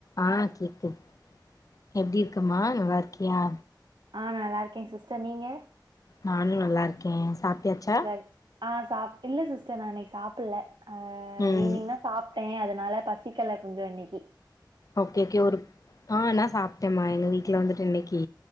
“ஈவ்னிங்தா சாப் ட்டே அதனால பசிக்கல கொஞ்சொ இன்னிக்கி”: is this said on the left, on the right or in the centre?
Right